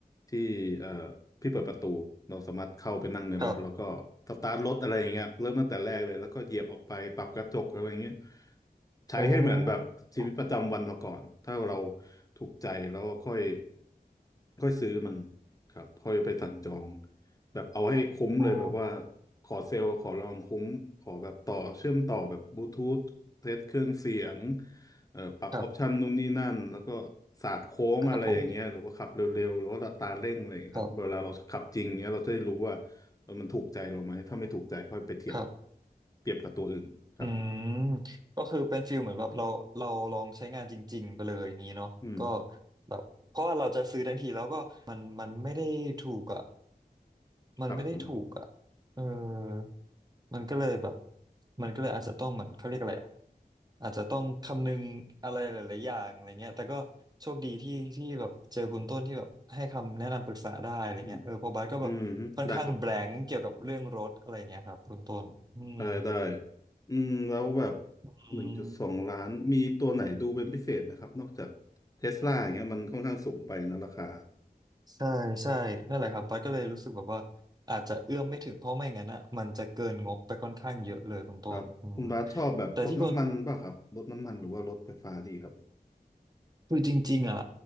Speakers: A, on the left; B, on the right.
A: ที่เอ่อพี่เปิดประตูเราสามารถเข้าไปนั่งในรถแล้วก็สตาร์ทรถอะไรอย่างเงี้ยเริ่มตั้งแต่แรกเลยแล้วก็เหยียบออกไปปรับกระจกอะไรอย่างเงี้ย
B: ครับ
A: ใช้ให้เหมือนแบบชีวิตประจำวันเราก่อนถ้าเรา
B: โอ้ครับ
A: ถูกใจแล้วก็ค่อยค่อยซื้อมันครับค่อยไปสั่งจองแบบเอาให้คุ้มเลยแบบว่า
B: โอ้
A: ขอเซลล์ขอลองคุ้มขอแบบต่อเชื่อมต่อแบบบลูทูธเทสเครื่องเสียง เออปรับออปชันนู่นนี่นั่นแล้วก็
B: ครับ
A: ศาสตร์โค้งอะไรอย่างเงี้ยหรือว่าขับเร็วๆหรือว่าอัตราเร่งอะไรอย่างเงี้ยครับเวลาเราขับจริงเงี้ยเราจะได้รู้ว่าเออมันถูกใจเราไหมถ้าไม่ถูกใจค่อยไปเทียบ
B: ครับผมครับ ครับ
A: เปรียบกับตัวอื่นครับ
B: อืมก็คือเป็นฟิลเหมือนแบบเราเราลองใช้งานจริงๆไปเลยอย่างนี้เนาะก็
A: อืม
B: แบบเพราะว่าเราจะซื้อทันทีแล้วก็มันมันไม่ได้ถูกอ่ะมันไม่ได้ถูกอ่ะเออ
A: ครับผม
B: มันก็เลยแบบมันก็เลยอาจจะต้องเหมือนเขาเรียกอะไรอ่ะอาจจะต้องคำนึงอะไรหลายๆอย่างอะไรเงี้ยแต่ก็โชคดีที่ที่แบบเจอคุณต้นที่แบบให้คำแนะนำปรึกษาได้อะไรเงี้ยเออเพอบาสก็แบบค่อนข้างแบลงก์เกี่ยวกับเรื่องรถอะไรเงี้ยครับคุณต้นอืม
A: อืมอืมฮึได้ครับได้ได้อืมแล้วแบบ
B: อืม
A: หนึ่งจุดสองล้านมีตัวไหนดูเป็นพิเศษไหมครับนอกจากเทสลาอย่างเงี้ยมันค่อนข้างสูงไปนะราคา
B: ใช่ใช่นั่นแหละครับบัสก็เลยรู้สึกแบบว่าอาจจะเอื้อมไม่ถึงเพราะไม่งั้นอ่ะมันจะเกินงบไปค่อนข้างเยอะเลยคุณต้นอืม
A: ครับคุณบาสชอบแบบรถน้ำมันป่ะครับรถน้ำมันหรือว่ารถไฟฟ้าดีครับ
B: แต่ที่คนคือจริงๆอ่ะ